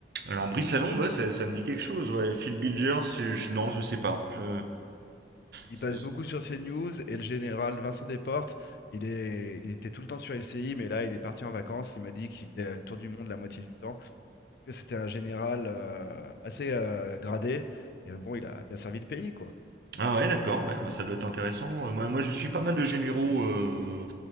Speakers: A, on the right; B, on the left.
A: Alors Brice Lalonde, ouais, ça, ça me dit quelque chose. Ouais. Phil Bilger, c'est... je- non, je sais pas. Je...
B: Il
A: c'est-
B: passe beaucoup sur CNews et le général Vincent Desportes, il est, il était tout le temps sur LCI, mais là il est parti en vacances. Il m'a dit qu'il faisait le tour du monde la moitié du temps. Parce que c'était un général euh, assez euh, gradé. Et euh, bon, il a bien servi le pays, quoi.
A: Ah ouais, d'accord, ouais, bah, ça doit être intéressant. Euh, Moi, moi, je suis pas mal de généraux, euh,